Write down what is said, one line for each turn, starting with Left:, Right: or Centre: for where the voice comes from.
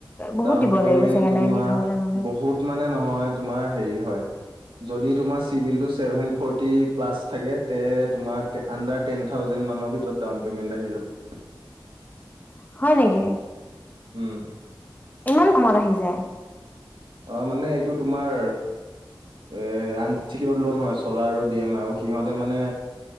Left: বহুত
Right: ডাউন
Left: দিব
Right: পেমেন্ট
Left: লাগিব চাগে
Right: তোমাৰ
Left: নাইনটি থাউজেণ্ড হ'লে
Right: বহুত মানে নহয়, তোমাৰ হেৰি হয় যদি তোমাৰ চিবিলটো চেভেন ফৰ্টি প্লাছ থাকে তে তোমাৰ আণ্ডাৰ টেন থাউজণ্ড মানৰ ভিতৰত ডাউন পেমেণ্ট আহি যাব
Left: হয় নেকি?
Right: উম।
Left: ইমান কমত আহি যায়
Right: অ', মানে এইটো তোমাৰ এ আনচিকিউৰ্ড লোন হয়, চলা আৰু ডি এমই সিহঁতে মানে